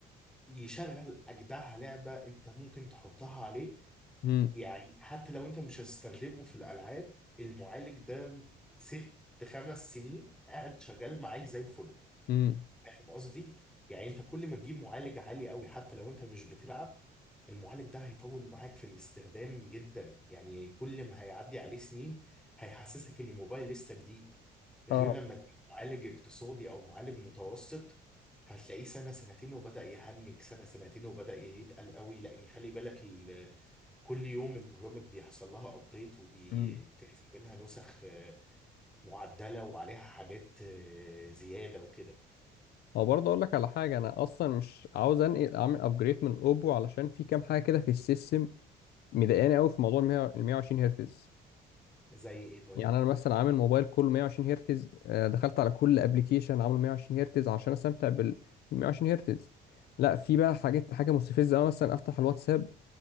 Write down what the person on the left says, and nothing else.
مم.
مم.
اه
مم.
هو برضه اقول لك على حاجه انا اصلا مش عاوز انقل اعمل ابجريد من اوبو علشان في كام حاجه كده في السيستم مضايقاني قوي في موضوع ال 120 هرتز
يعني انا مثلا عامل موبايل كله 120 هرتز آه، دخلت على كل ابلكيشن عامله 120 هرتز عشان استمتع بال 120 هرتز لا في بقى حاجات حاجه مستفزه أوي مثلا افتح الواتساب